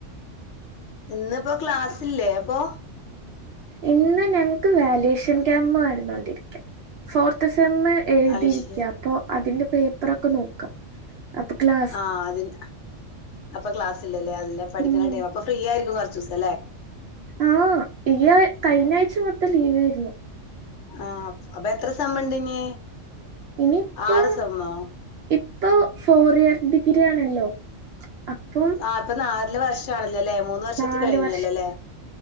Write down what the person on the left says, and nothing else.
ഇന്നിപ്പോ ക്ലാസ്സില്ലേ അപ്പൊ
അത് ശരി
ആ അതിന് അപ്പൊ ക്ലാസ്സില്ലല്ലേ അതെല്ലാം പഠിക്കുന്ന
ടൈം അപ്പൊ ഫ്രീ ആയിരിക്കും കുറച്ചു ദിവസം അല്ലേ
ആ അപ്പൊ എത്ര സെമ്മ് ഇണ്ടിനി
ആറ് സെമ്മോ
ആ ഇപ്പ നാല് വർഷാണല്ലോ അല്ലേ മൂന്ന് മൂന്ന് വർഷത്തെ
കഴിഞ്ഞൂല്ലല്ലേ